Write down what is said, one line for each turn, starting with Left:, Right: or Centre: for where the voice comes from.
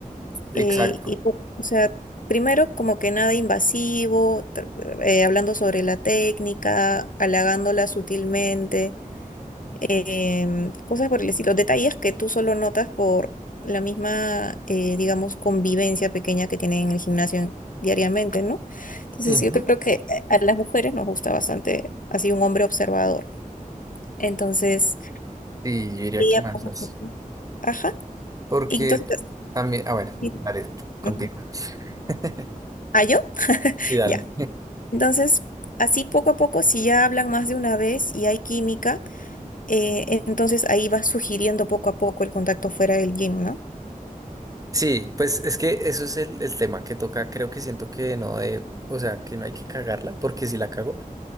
Right: exacto.
Left: Eh, y, po- o sea, primero como que nada invasivo, tr- eh, hablando sobre la técnica, halagándola sutilmente em, cosas por el estilo, detalles que tú solo notas por la misma, eh, digamos, convivencia pequeña que tienen en el gimnasio diariamente, ¿no? Entonces
Right: Ujú.
Left: yo creo que a las mujeres nos gusta bastante así un hombre observador. Entonces,
Right: Sí, yo diría
Left: ella
Right: que más
Left: poco
Right: así,
Left: a poco. Ajá.
Right: porque
Left: Y entonces,
Right: también, ah bueno, dale,
Left: sí.
Right: tú continúa
Left: Ujú.
Right: <laughs>
Left: ¿Ah, yo?
Right: y dale.
Left: Ya. Entonces, así poco a poco, si ya hablan más de una vez y hay química, eh, entonces ahí vas sugiriendo poco a poco el contacto fuera del gym, ¿no?
Right: Sí, pues es que eso es el, el tema que toca. Creo que siento que no de, o sea, que no hay que cagarla, porque si la cago,